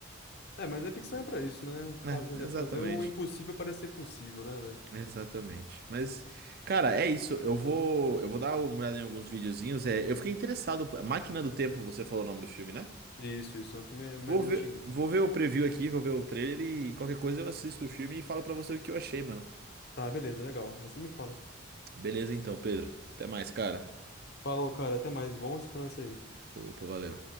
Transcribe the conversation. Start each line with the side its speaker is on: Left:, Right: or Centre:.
Left: É, mas a ficção é pra isso, né?
Right: É,
Left: Faz- Fazer,
Right: exatamente.
Left: fazer o impossível parecer possível, né, velho?
Right: Exatamente. Mas, cara, é isso. Eu vou, eu vou dar uma olhada em alguns videozinhos. É, eu fiquei interessado. A Máquina do Tempo, você falou o nome do filme, né?
Left: Isso, isso. É um filme mais
Right: Vou ver,
Left: antiguinho.
Right: vou ver o preview aqui, vou ver o trailer e qualquer coisa eu assisto o filme e falo pra você o que eu achei, mano.
Left: Tá, beleza, legal. Aí você me fala.
Right: Beleza então, Pedro. Até mais, cara.
Left: Falou, cara. Até mais. Bom descanso aí.
Right: Opa, valeu.